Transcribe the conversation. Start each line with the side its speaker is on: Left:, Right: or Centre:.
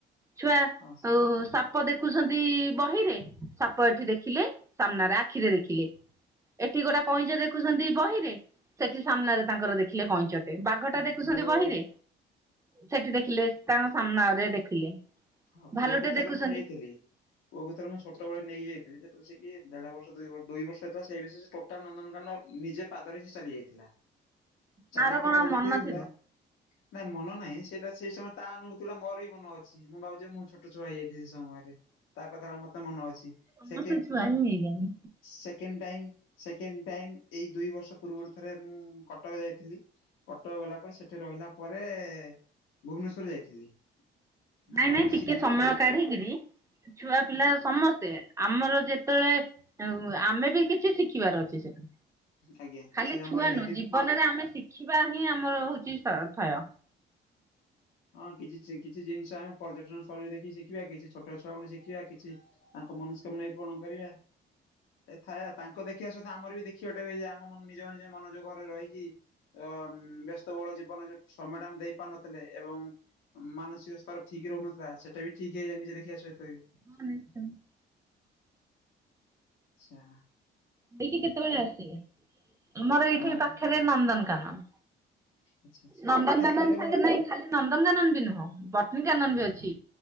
Right: ଛୁଆ
Left: ହଁ
Right: ଆଉ ସାପ ପ ଦେଖୁଚନ୍ତି ବହିରେ। ସାପ ଏଠି ଦେଖିଲେ ସାମ୍ନାରେ ଆଖିରେ ଦେଖିଲି ଏଠି ଗୋଟେ କଇଁଛ ଦେଖୁଛନ୍ତି ବହିରେ ସେଠି ସାମ୍ନାରେ ତାଙ୍କର ଦେଖିଲେ କଇଁଛ ଟେ ବାଘଟା
Left: ହଁ
Right: ଦେଖୁଛନ୍ତି
Left: ପୁଅ
Right: ବହିରେ ସେଠି ଦେଖିଲେ ତାଙ୍କ ସାମ୍ନାରେ ଦେଖିଲେ
Left: ହଁ
Right: ଭାଲୁଟେ
Left: ପୁଅକୁ ଥରେ
Right: ଦେଖୁଛନ୍ତି
Left: ମୁଁ ନେଇଥିଲି ପୁଅ ଥରେ ମୁଁ ଛୋଟବେଳେ ନେଇକି ଯାଇଥିଲି ଯେତେବେଳେ ସିଏକି ଦେଢ ବର୍ଷ ଦୁଇ ଦୁଇ ବର୍ଷ ହେଇଥିଲା ସେ ବୟସ ଟୋର୍ଟାଲ୍ ନନ୍ଦନକାନନ ନିଜେ ପାଦରେ ହିଁ ଚାଲି ଯାଇଥିଲା ଚାଲିକି
Right: ମାର କଣ
Left: ଟୋର୍ଟାଲ୍
Right: ଆଉ ମନ
Left: ଦେଖେଇଦେଇଥିଲା
Right: ଥିବ
Left: ନାଇଁ ମନ ନାହିଁ ସେଇଟା ସେଇ ସମୟରେ ତା ଅନୁଭୂତି ଗୁଡା ମୋର ବି ମନ ଅଛି ମୁଁ ଭାବୁଚି ଯେ ମୁଁ ଛୋଟ ଛୁଆ ହୋଇଯାଇଥିଲି ସେ ସମୟରେ ତା କଥା ମତେ ମନ ଅଛି ସେକେଣ୍ଡ
Right: ସମସ୍ତେ ଛୁଆ ହିଁ ହେଇଯାନ୍ତି।
Left: ସେକେଣ୍ଡେ ଟାଇମି ସେକେଣ୍ଡେ ଟାଇମି ଏଇ ଦୁଇ ବର୍ଷ ପୂର୍ବରୁ ଥରେ ମୁଁ କଟକ ଯାଇଥିଲି କଟକ ଗଲା ପରେ ସେଠି ରହିଲା ପରେ ଭୁବନେଶ୍ଵର ଯାଇଥିଲି
Right: ନାଇଁ
Left: ଆମର
Right: ନାଇଁ
Left: କିଛି
Right: ଟିକେ ସମୟ କାଢ଼ି କିରି ଛୁଆ ପିଲା ସମସ୍ତେ ଆମର ଯେତେବେଳେ ଆମେ ବି କିଛି ଶିଖିବାର ଅଛି ସେଠି
Left: ଆଜ୍ଞା
Right: ଖାଲି
Left: ସେ ଆମ
Right: ଛୁଆ
Left: ରିଲେଟିଭ
Right: ନୁହଁ ଜୀବନରେ
Left: ଥିଲେ
Right: ଆମେ ଶିଖିବା ହିଁ ଆମର ହେଉଛି ସ୍ତର ଥୟ
Left: ଆଚ୍ଛା ହଁ କିଛି ଜିନିଷ ଆମେ ପର୍ଯ୍ୟଟନ ସ୍ଥଳୀରେ ଦେଖିକି ଶିଖିବା କିଛି ଛୋଟ ଛୁଆ ଙ୍କଠୁ ଶିଖିବା କିଛି ତାଙ୍କ ମନସ୍କାମନା ପୂରଣ କରିବା ଥାଏ ତାଙ୍କ ଦେଖିବା ସହିତ ଆମର ବି ଦେଖିବାଟା ରହିଯା ଆମ ନିଜ ନିଜ ମନଯ ଘରେ ରହିକି ଅ ବ୍ୟସ୍ତବହୁଳ ଜୀବନରେ ଯୋ ସମୟଟା ଆମେ ଦେଇପାରୁନଥି ଥିଲେ ଏବଂ ମାନସିକ ସ୍ତର ଠିକି ରହୁନଥିଲା ସେଟା ବି ଠିକ୍ ହେଇଯାଏ ନିଜେ ଦେଖିବା ସହିତ ବି
Right: ହଁ ନିଶ୍ଚୟ
Left: ଚା
Right: ଦେଇକି କେତେବେଳେ ଆସେ ଆମର ଏଇଠି
Left: ନନ୍ଦ
Right: ପାଖରେ ନନ୍ଦନକାନନ
Left: ଆଛା ଆଛା
Right: ନନ୍ଦନକାନନ
Left: ଦେଖିବା ସ୍ଥିର
Right: ସାଙ୍ଗେ ନାଇଁ ଖାଲି ନନ୍ଦନକାନନ ବି ନୁହଁ ବଟଣି କାନନ
Left: ଆଜ୍ଞା
Right: ବି ଅଛି